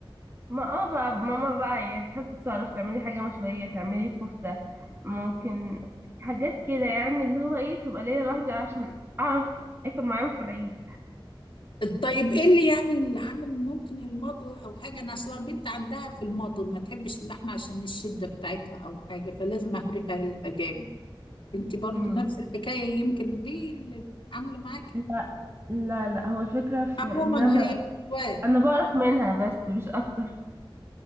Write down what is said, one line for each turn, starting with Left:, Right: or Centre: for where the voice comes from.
Right: ما اه بقى ماما بقى يعني تحب تتصرف تعملي حاجة مشوية تعملي كفتة ممكن حاجات كده يعني اللي هو ايه تبقى ليا لوحدي عشان اعرف اكل معاهم في العيد
Left: طيب ايه اللي يعني اللي عامل ممكن المضغ او حاجه انا اصلا بنت عندها في المضغ ما تحبش اللحمه عشان الشده بتاعتها او حاجه فلازم اهريها لها جامد انت برضو
Right: امم
Left: نفس الحكايه يمكن دي اللي عامله معاكي
Right: لا لا لا هو الفكرة في
Left: عموما
Right: ان انا
Left: هي أذواق.
Right: انا بعرف منها بس مش اكتر